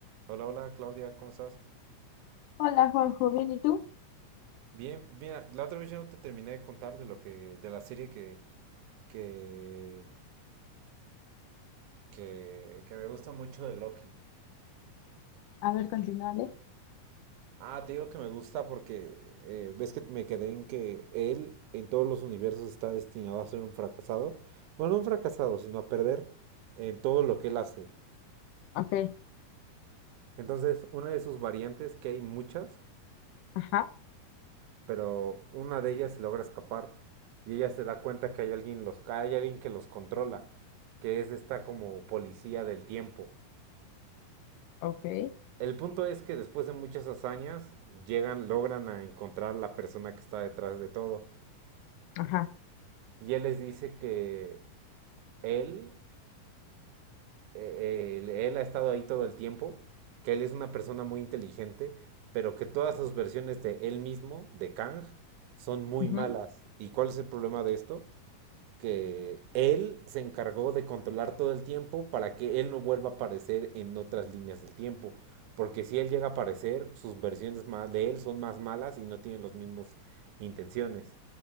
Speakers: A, on the right (about 75°); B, on the left (about 85°).
A: Hola, hola Claudia, ¿cómo estás?
B: Hola Juanjo, ¿bien y tú?
A: Bien, mira, la otra vez yo no te terminé de contar de lo que, de la serie que, que, que, que me gusta mucho de Loki.
B: A ver, continúale.
A: Ah, te digo que me gusta porque eh, ves que me quedé en que él en todos los universos está destinado a ser un fracasado. Bueno, no un fracasado, sino a perder en todo lo que él hace.
B: Ok,
A: Entonces, una de sus variantes, que hay muchas,
B: ajá,
A: pero una de ellas logra escapar y ella se da cuenta que hay alguien, los, hay alguien que los controla, que es esta como policía del tiempo.
B: ok,
A: El punto es que después de muchas hazañas llegan, logran a encontrar la persona que está detrás de todo.
B: ajá,
A: Y él les dice que él, él, él ha estado ahí todo el tiempo, que él es una persona muy inteligente, pero que todas sus versiones de él mismo, de Kang, son muy
B: ujú,
A: malas. ¿Y cuál es el problema de esto? que él se encargó de controlar todo el tiempo para que él no vuelva a aparecer en otras líneas del tiempo. Porque si él llega a aparecer, sus versiones de él son más malas y no tienen las mismas intenciones.